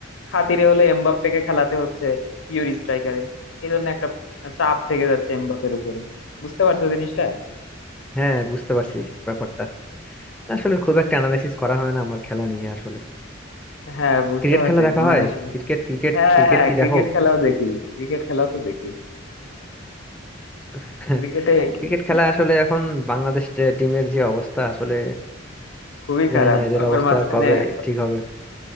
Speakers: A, on the left; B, in the centre.
A: খাতিরে হলে এমবাপ্পেকে খেলাতে হচ্ছে পিওর স্ট্রাইকারে এই জন্য একটা চাপ থেকে যাচ্ছে এমবাপ্পের উপরে বুঝতে পারছো জিনিসটা
B: হ্যাঁ বুঝতে পারছি ব্যাপারটা আসলে খুব একটা অ্যানালাইসিস করা হয় না আমার খেলা নিয়ে আসলে
A: হ্যাঁ বুঝতে
B: ক্রিকেট
A: পারছি
B: খেলা দেখা
A: তোমার
B: হয়
A: আসলে
B: ক্রিকেট ক্রিকেট
A: হ্যাঁ
B: ক্রিকেট
A: হ্যাঁ
B: কি
A: ক্রিকেট
B: দেখো
A: খেলাও দেখি ক্রিকেট খেলাও তো দেখি
B: <laughs>
A: ক্রিকেটে কি
B: ক্রিকেট
A: কি
B: খেলা আসলে এখন বাংলাদেশ টিমের যে অবস্থা আসলে
A: খুবই
B: জানি
A: খারাপ
B: না এদের
A: আবার
B: অবস্থা
A: মাঝখানে
B: কবে
A: স-
B: ঠিক হবে